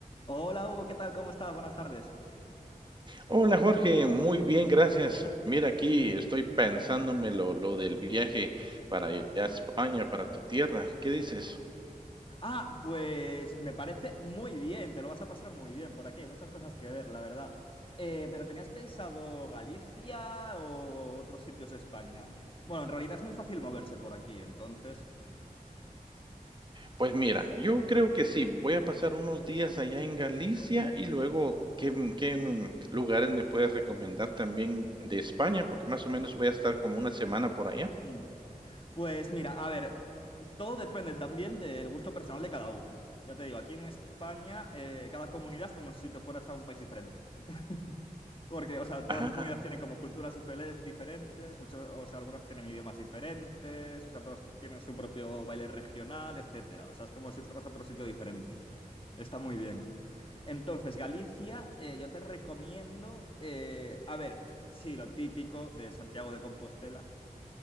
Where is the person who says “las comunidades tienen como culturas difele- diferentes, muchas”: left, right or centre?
Left